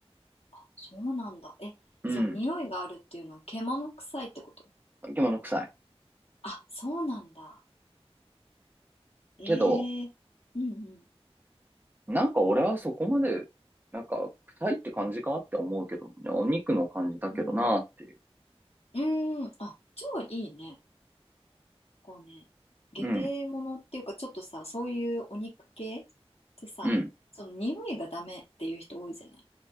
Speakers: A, on the left; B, on the right.
A: あ、そうなんだ。え、
B: うん、
A: その匂いがあるっていうのは獣臭いってこと
B: 生物臭い。
A: あ、そうなんだ。えー、
B: けど、
A: うんうん。
B: なんか俺はそこまで、なんか臭いって感じかって思うけど、いやお肉の感じだけどなっていう。
A: うん、うん、あ、超いいね。こうね、下手物っていうか、
B: うん、
A: ちょっとさ、そういうお肉系ってさ、
B: うん、
A: その匂いがダメっていう人多いじゃない。